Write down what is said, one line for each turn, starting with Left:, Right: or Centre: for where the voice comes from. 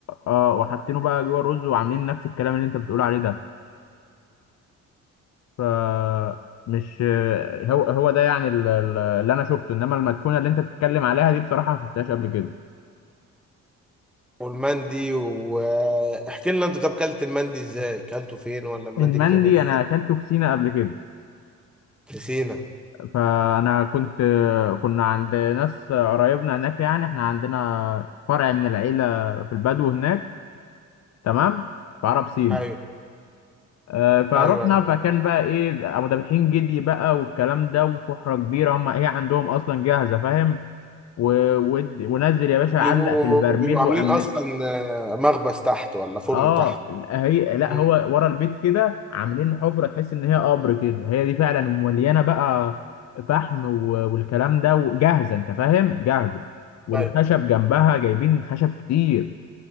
Left: اه وحاطينه بقى جوه الرز وعاملين نفس الكلام اللي انت بتقول عليه ده ف مش هو هو ده يعني ال- ال- اللي انا شفته انما المدفونه اللي انت بتتكلم عليها دي بصراحه ما شفتهاش قبل كده
Centre: والمندي واحكي لنا انت طب كلت المندي ازاي كلته فين ولا المندي
Left: المندي
Centre: بيتعمل ازاي
Left: انا اكلته في سينا قبل كده
Centre: في سينا
Left: فانا كنت كنا عند ناس قرايبنا هناك يعني احنا عندنا فرع من العيله في البدو هناك تمام في عرب سينا
Centre: ايوه
Left: آه، فروحنا
Centre: ايوه ايوه
Left: فكان بقى ايه ابو دبحين جدي بقى والكلام ده وفحره كبيره هم هي عندهم اصلا جاهزه فاهم و... ود- ونزل يا باشا
Centre: بيبقوا
Left: علق في البرميل
Centre: بيبقوا
Left: وأم...
Centre: عاملين اصلا آه، مخبز تحت ولا فرن
Left: اه
Centre: تحت
Left: هي لا
Centre: مم.
Left: هو ورا البيت كده عاملين حفره تحس ان هي قبر كده هي دي فعلا مليانه بقى فحم و- والكلام ده وجاهزه انت فاهم جاهزه والخشب
Centre: طيب
Left: جنبها جايبين خشب كتير